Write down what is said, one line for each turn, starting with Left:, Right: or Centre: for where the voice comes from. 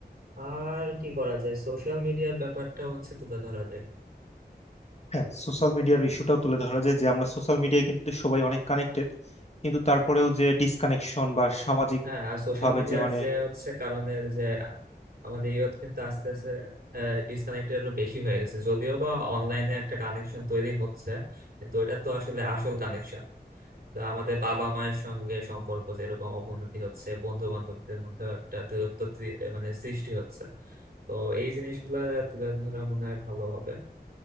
Right: আর কি করা যায় সোশ্যাল মিডিয়ার ব্যাপারটা হচ্ছে তুলে ধরা যায়
Left: হ্যাঁ সোশ্যাল মিডিয়ার ইস্যুটাও তুলে ধরা যায় যে আমরা সোশ্যাল মিডিয়ায় কিন্তু সবাই অনেক কানেক্টেড কিন্তু তারপরেও যে ডিসকানেকশন বা সামাজিক
Right: হ্যাঁ আর সোশ্যাল
Left: ভাবে
Right: মিডিয়ার
Left: যে মানে
Right: যে হচ্ছে কারণে যে আমাদের ইয়ত কিন্তু আস্তে আস্তে ডিসকানেক্টেড আরো বেশি হয়ে গেছে যদিও বা অনলাইনে একটা কানেকশন তৈরি হচ্ছে কিন্তু এটা তো আসলে আসল কানেকশন আমাদের বাবা মায়ের সঙ্গে সম্পর্ক যেরকম অবনতি হচ্ছে বন্ধু বান্ধবদের মধ্যে একটা দূরত্ব তৈ- মানে সৃষ্টি হচ্ছে তো এই জিনিসগুলো তুলে ধরা মনে হয় ভালো হবে